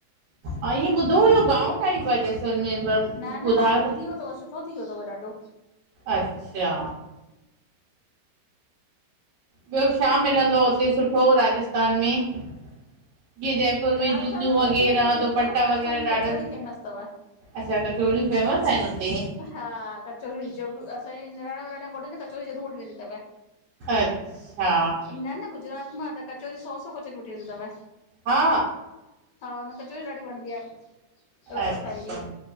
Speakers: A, on the right; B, on the left.
A: अ ईअ ॿुधो हुयो गाओ ाई ब स म
B: न न
A: उधार
B: हाणे वधी वियो अथव सुठो थी वियो अथव ॾाढो
A: अच्छा ॿियो छा मिलंदो आ हुते सुठो राजस्थान में जीअं जय जबलपुर
B: राजस्थान
A: में जूतियूं
B: जी
A: वगैरह
B: त कचौरी फेमस
A: दुपट्टा
B: अथव राजस्थान
A: वग़ैरह
B: जी
A: ॾाढा
B: कचौरी फेमस अथव
A: अच्छा कचोरियूं फेमस आहिनि हुते
B: हा कचोरी जो असांजी निणान विणाण कोढदीं जो कचोरी ज़रूर वठी वेंदी तव अथव
A: अच्छा
B: ईंदा आहिनि न गुजरात मां त कचोरी सौ सौ कचोरी वठी ईींदव
A: हा
B: हा न कचोरी ॾाढी बणदी आहे राजस्थान
A: अच्छा
B: जी